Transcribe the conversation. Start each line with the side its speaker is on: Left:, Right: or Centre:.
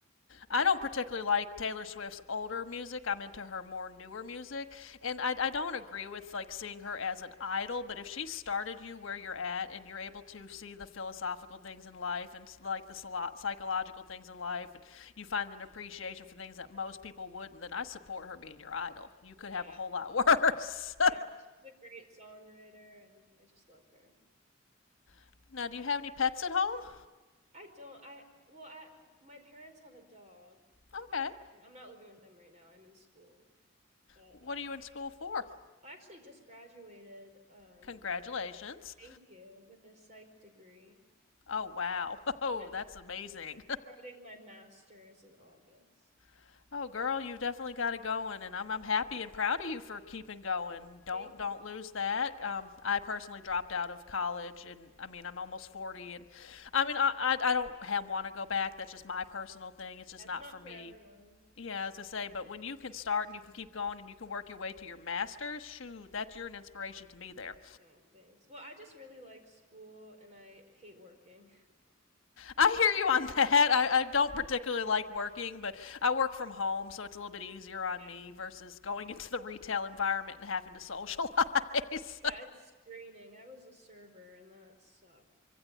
Left: I don't particularly like Taylor Swift's older music. I'm into her more newer music. And I, I don't agree with like seeing her as an idol, but if she started you where you're at and you're able to see the philosophical things in life and like the psychological things in life and you find an appreciation for things that most people wouldn't, then I support her being your idol. You
Right: Yeah.
Left: could have a whole lot worse.
Right: Yeah, she's a great songwriter and I just love her.
Left: <laughs> now, do you have any pets at home?
Right: I don't. I well, at my parents have a dog.
Left: Okay.
Right: I'm not living with them right now. I'm in school, but
Left: What
Right: uh,
Left: are you in school for?
Right: I actually just graduated. Um,
Left: Congratulations.
Right: thank you with a psych degree.
Left: Oh, wow.
Right: I'm
Left: <laughs> Oh, that's amazing.
Right: starting my master's in August.
Left: <laughs> oh, girl, you've definitely got it going, and I'm, I'm happy and proud of you for keeping going. Don't
Right: Thank
Left: don't
Right: you.
Left: lose that. Um, I personally dropped out of college, and I mean, I'm almost 40, and I mean, I, I, I don't have, want to go back. That's just my personal thing. It's just
Right: That's
Left: not
Right: not
Left: for
Right: for
Left: me.
Right: everyone.
Left: Yeah, as I say, but when you can start and you can keep going and you can work your way to your master's, shoot, that's you're an inspiration to me there.
Right: Yeah, thanks. Well, I just really like school and I hate working.
Left: I hear you on that. I, I don't particularly like working, but I work from home, so it's a little bit easier on
Right: Yeah.
Left: me versus going <laughs> into the retail environment and having to socialize.
Right: Yeah, it's draining. I was a server and that sucked.